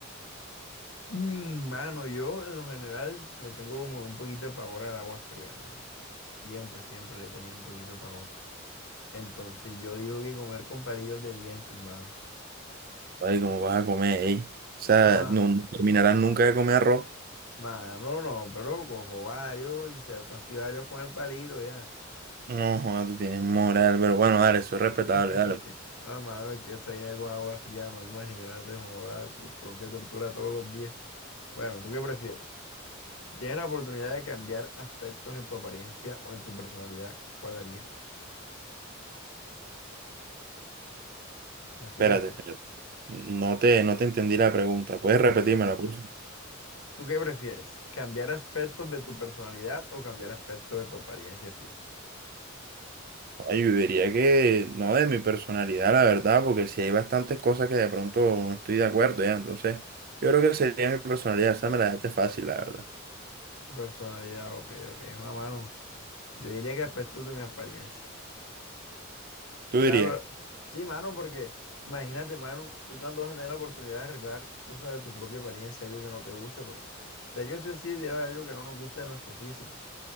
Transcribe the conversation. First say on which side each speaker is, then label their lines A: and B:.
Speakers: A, on the left; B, on the right.
A: Mm, mano, yo en lo general le tengo como un poquito de pavor al agua fría, mano. Siempre, siempre le he tenido un poquito de pavor. Entonces yo digo que comer con palillos de dientes, mano.
B: Ay, ¿cómo vas a comer, ey? O sea,
A: Ah,
B: no, no terminarás nunca de comer arroz.
A: mano, no, pero cojo varios, inserto así varios con el palito ya.
B: No, joder, tú tienes moral, pero bueno, dale, eso es respetable,
A: <laughs>
B: dale. pues.
A: Ah, mano, es que esa idea con agua fría, no imagínate, joder, tronque de tortura todos los días. Bueno, ¿tú qué prefieres? Si tienes la oportunidad de cambiar aspectos en tu apariencia o en tu personalidad, ¿cuál harías? ¿Me escuchaste?
B: Espérate, espérate. No te, no te entendí la pregunta. ¿Puedes repetírmela,
A: A ver,
B: por favor?
A: ¿tú qué prefieres? ¿Cambiar aspectos de tu personalidad o cambiar aspectos de tu apariencia física?
B: Ay, Yo diría que no de mi personalidad, la verdad, porque si hay bastantes cosas que de pronto no estoy de acuerdo, ya. Entonces, yo creo que sería mi personalidad. Esa me la dejaste fácil, la verdad.
A: Personalidad, ok, ok. Juan, mano, yo diría que aspectos de mi apariencia.
B: Tú
A: O sea,
B: dirías,
A: lo- sí, mano, porque imagínate, mano, tú cuando vas a tener la oportunidad de arreglar cosas de tu propia apariencia, algo que no te guste, porque sé que sí o sí debe haber algo que no nos guste de nuestro físico.